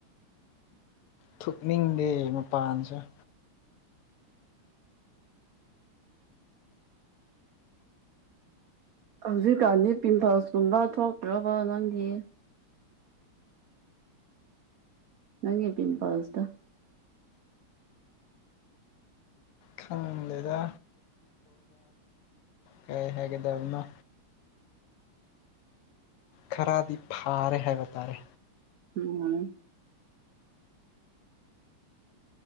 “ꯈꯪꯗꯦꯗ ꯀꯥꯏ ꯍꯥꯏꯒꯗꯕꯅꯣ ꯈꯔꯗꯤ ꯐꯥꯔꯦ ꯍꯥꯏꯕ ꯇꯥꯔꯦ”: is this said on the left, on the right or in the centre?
Left